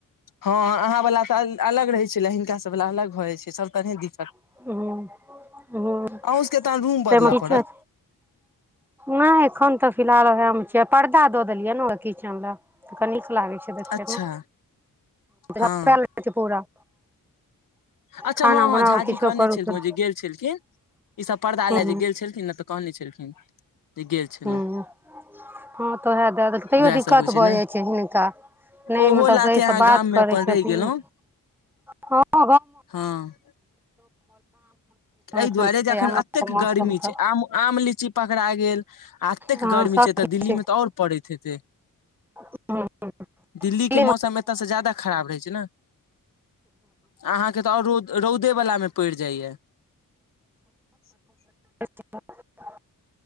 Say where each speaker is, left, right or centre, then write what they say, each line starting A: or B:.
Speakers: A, on the left; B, in the centre.
A: हँ अहाँ वला तऽ अल-अलग रहै छलए, हिनका सभ वला अलग भऽ जाइ छै, सभ तरहे दिक्कत
B: हूँ हूँ
A: अहू सबके तऽ रूम
B: ताहिमे
A: बदलऽ
B: किचन
A: पड़त?
B: नहि एखन तऽ फिलहाल ओहै मे छियै, पर्दा दऽ देलियै न अ किचेन लग तऽ नीक लागै छै देखय
A: अच्छा
B: मे,
A: हँ
B: <inaudible> रहै छै पूरा।
A: अच्छा
B: खाना
A: हँ-हँ,
B: बनाउ
A: झाजी
B: किछो
A: कहने
B: करू
A: छलखिन
B: तऽ
A: ओ जे गेल छलखिन, ई सब पर्दा
B: हूँ
A: लय जे गेल छलखिन ने तऽ कऽहने छलखिन, जे गेल छलहुँ।
B: हूँ हूँ हँ तऽ ओहैऽ दए देलकै, तैयो
A: उएह
B: दिक्कत
A: सब होइ
B: भऽ
A: ने
B: जाइ छै हिनका। नैय
A: ओहो
B: मतलब
A: लाथे
B: सही
A: अहाँ
B: सँ बात
A: गाम मे
B: करै
A: अपन
B: छथिन
A: रहि गेलहुँ
B: ने हँ ह <inaudible> <inaudible> <inaudible>
A: हँ एहि
B: एखन
A: दुआरे
B: छै
A: जे अखन
B: आम
A: एतेक
B: के मौसम
A: गर्मी
B: तऽ।
A: छै आम आम लीची पकड़ा गेल, आ एतेक
B: हँ
A: गर्मी
B: सब
A: छै तऽ,
B: किछ
A: दिल्ली में तऽ और पड़ैत हेतै।
B: किछो
A: दिल्ली
B: नहि
A: के मौसम एताऽ से जादा खराब रहै छै ने। अहाँके तऽ और रौ-रौदे वला मे पइर जाइयैऽ। <inaudible>
B: <inaudible>